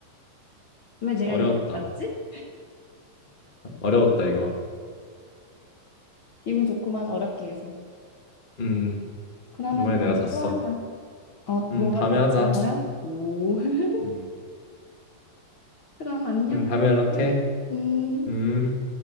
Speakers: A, on the left; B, on the left.
A: 왜 내가
B: 어려웠다.
A: 이거 맞지?
B: 어려웠다, 이거.
A: 기분 좋구만, 어렵게 해서.
B: 음,
A: 그러면
B: 이번에
A: 다음에
B: 내가 잤어.
A: 또 하자. 어, 너가
B: 음, 다음에
A: 내준
B: 하자.
A: 거야? 오. <laughs>
B: 음.
A: 그럼 안녕,
B: 음,
A: 다음에
B: 다음에 연락해.
A: 또 해. 음.
B: 음.